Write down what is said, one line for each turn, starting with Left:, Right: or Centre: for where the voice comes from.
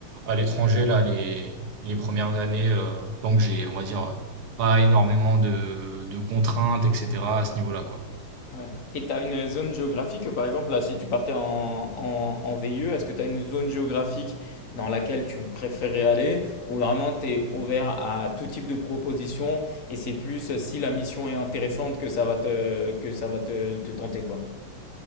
Right: à l'étranger là les les premières années. Euh, tant que j'ai, on va dire, euh, pas énormément de de contraintes, etc. à ce niveau-là quoi.
Left: Ouais. Et tu as une zone géographique, par exemple, là, si tu partais en, en, en VIE, est-ce que tu as une zone géographique dans laquelle tu préférais aller ou vraiment tu es ouvert à tout type de proposition et c'est plus euh, si la mission est intéressante que ça va te, que ça va te, te tenter, quoi.